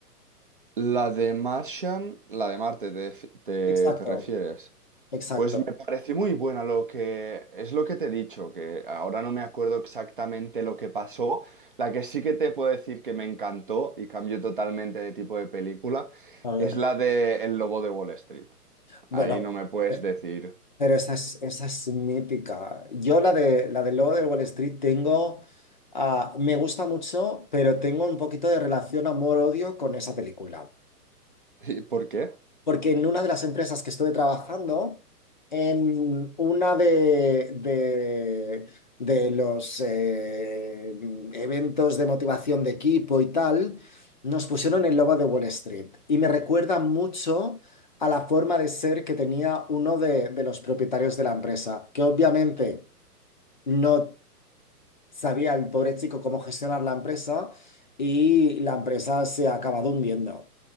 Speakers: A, on the right; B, on the left.
A: La de Martian, la de Marte, te, te-
B: Exacto,
A: te refieres.
B: exacto.
A: Pues me pareció muy buena lo que es lo que te he dicho, que ahora no me acuerdo exactamente lo que pasó. La que sí que te puedo decir que me encantó y cambió totalmente de tipo de película
B: A ver,
A: es la de El Lobo de Wall Street.
B: bueno,
A: Ahí no me puedes
B: eh,
A: decir.
B: pero esa es, esa es mítica. Yo la de la del Lobo de Wall Street tengo, ah, me gusta mucho, pero tengo un poquito de relación amor-odio con esa película.
A: <laughs> ¿Y por qué?
B: porque en una de las empresas que estuve trabajando, en una de, de, de los eh, eventos de motivación de equipo y tal, nos pusieron el lobo de Wall Street y me recuerda mucho a la forma de ser que tenía uno de, de los propietarios de la empresa, que obviamente no sabía el pobre chico cómo gestionar la empresa y la empresa se ha acabado hundiendo